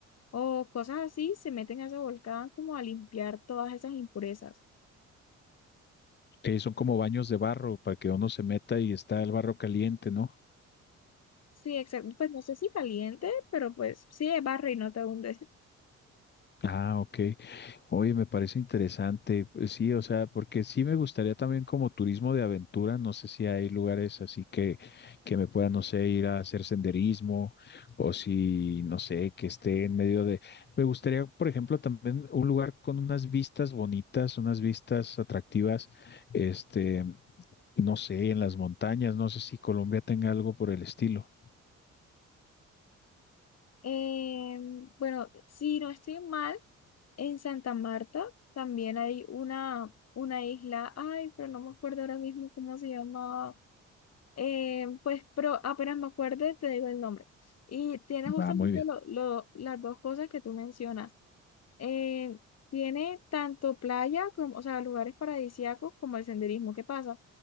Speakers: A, on the left; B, on the left.
A: o cosas así se meten a ese volcán como a limpiar todas esas impurezas.
B: Sí, son como baños de barro para que uno se meta y está el barro caliente, ¿no?
A: Sí, exacto. Pues no sé si caliente, pero pues sí, barre y no te hundes.
B: Ah, ok. Oye, me parece interesante. Pues Sí, o sea, porque sí me gustaría también como turismo de aventura. No sé si hay lugares así que, que me pueda, no sé, ir a hacer senderismo o si, no sé, que esté en medio de... Me gustaría, por ejemplo, también un lugar con unas vistas bonitas, unas vistas atractivas, este, no sé, en las montañas. No sé si Colombia tenga algo por el estilo.
A: Eh, bueno, si no estoy mal, en Santa Marta también hay una, una isla, ay, pero no me acuerdo ahora mismo cómo se llamaba. Eh, pues, pero apenas me acuerde, te digo el nombre. Y tiene
B: Va,
A: justamente
B: muy bien.
A: lo- lo- las dos cosas que tú mencionas. eh, tiene tanto playa como, o sea, lugares paradisíacos como el senderismo. ¿Qué pasa?